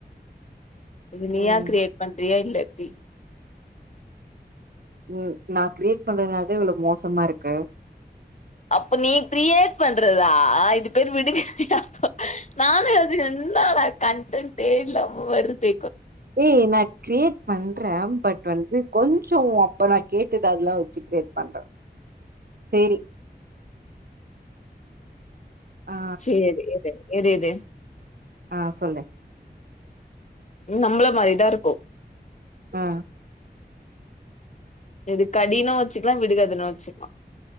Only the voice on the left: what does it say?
இது நீயா
கிரியேட் பண்றியா இல்ல டி
அப்ப நீ கிரியேட் பண்றதா இது பேரு விடுக் ப்ப நானு அது என்னடா கன்டன்டு இல்லாம வருது
சேரி எது எது எது
நம்மள மாரிதா இருக்கு
இது கடினு வெச்சுக்கலா விடுகதன்னு வெச்சுக்கலா